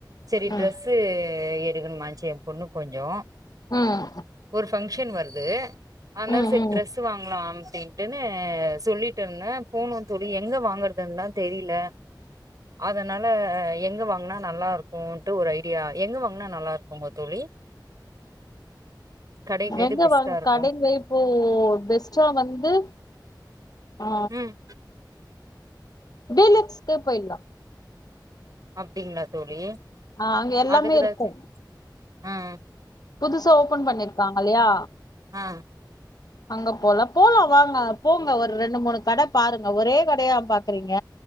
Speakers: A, on the right; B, on the left.
A: சேரி
B: ம்
A: ட்ரெஸ் இது எடுக்கணுமா சேம் பொண்ணு கொஞ்சோ
B: ம்
A: ஒரு பங்க்ஷன் வருது ஆனா
B: ம்
A: சே
B: ம்
A: டிரெஸ் வாங்கலா அப்டின்னுட்டுனு சொல்லிட்டு இருந்தே போனு தோழி எ எங்க வாங்குறதுன் தா தெரில அதனால எங்க வாங் ன்னா நல்லா இருக்குட்டு ஒரு ஐடியா எங்க வாங்கனா நல்லா இருக்குங்க தோழி கடைங்க
B: எங்க
A: எது பெஸ்ட்டா
B: வாங்க
A: இருக்கு
B: கடைலையே ஓ பெஸ்டா வந்து ஆ
A: ம்
B: டீலக்ஸ்கே போயிலா
A: அப்டிங்களா தோழி
B: ஆ அங்க எல்லாமே
A: அதுக்குதா
B: இருக்கு
A: சே ஆ ஆ
B: புதுசா ஓபன் பண்ணிருக்காங்க இல்லையா
A: ஆ
B: அங்க போலம் போலா வாங்க போங்க ஒரு ரெண்டு மூணு கடை பாருங்க ஒரே கடையா பாக்குறீங்க